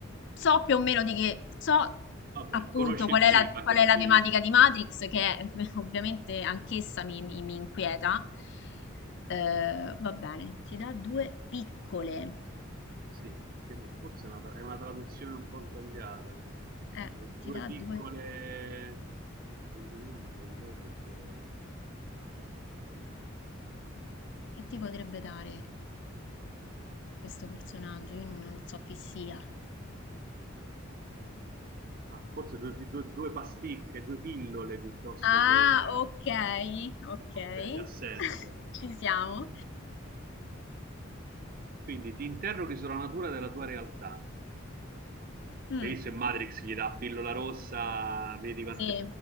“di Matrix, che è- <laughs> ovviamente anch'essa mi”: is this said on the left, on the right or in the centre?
Left